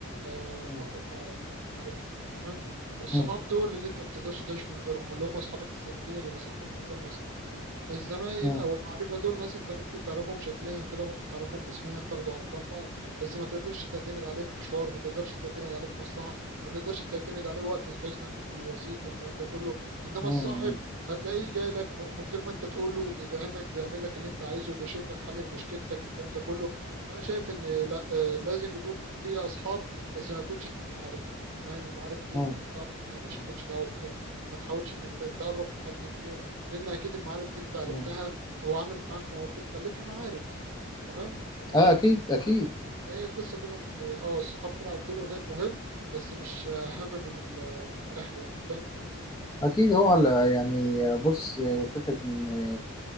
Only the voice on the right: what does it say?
آه،
ما- ما- ما- معرفه تمام الصحاب
دول اللي انت ما بتقدرش تعيش من غيرهم اللي هم اصحابك السالكين اللي بيصاحبوك من غير مصلحه الزمايل
او المعرفه دول ناس انت ممكن تعرفهم شكليا كده ممكن تعرفهم اسميا تاخدوا ارقام بعض بس ما تقدرش تعتمد عليه في مشوار ما تقدرش تعتمد عليه في مصلحه ما تقدرش تعتمد عليه وقت حزنك يجي يواسيك والكلام ده كله انما
الصاحب هتلاقيه جاي لك ف- من غير ما انت تقول له بيدعمك بيعمل لك اللي انت عايزه وبيشوف لك حل لمشكلتك الكلام ده كله فانا شايف ان لا آه، لازم يكون في اصحاب بس ما يكونش في معارف فاهم المعارف دي
تحطها في الهامش مالكش دعوه بيها ما تحاولش انك تتقرب من حد فيهم لان اكيد المعارف دي انت عرفتها
وعملت معاك مواقف خلتها معارف تمام فهي
كده فاهم؟ فهي قصه كده ان اه الصحاب تلعب دور مهم بس مش اهم من ال- من الاهل يعني فاهم